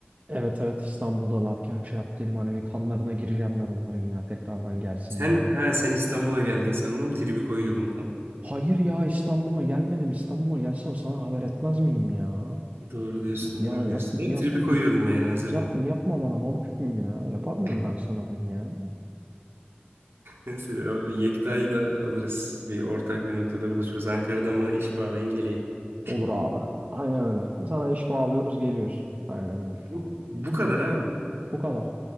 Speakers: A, on the right (about 40°); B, on the right (about 80°).
A: Evet evet İstanbul'dalarken şey yaptıydım hani bir kanlarına gireceğim ben onların ya tekrardan gelsinler
B: Sen
A: diye.
B: ha sen İstanbul'a geldin sandım. Tribi koyuyordum falan.
A: Hayır ya İstanbul'a gelmedim. İstanbul'a gelsem sana haber etmez miyim ya?
B: Doğru diyorsun,
A: Ya
B: doğru diyorsun.
A: yap,
B: Ama
A: yap,
B: tribi koyuyordum yani hazırdım.
A: yap, yapma bana bal küpüm ya. Yapar mıyım
B: <laughs>
A: ben sana bunu ya?
B: Neyse abi Yekta'yı da alırız. Bir ortak bir noktada buluşuruz. Ankara'dan bana iş bağlayın geleyim. <laughs>
A: Olur abi. Aynen öyle. Sana iş bağlıyoruz geliyorsun. Aynen öyle.
B: Bu, bu kadar abi.
A: Bu kadar.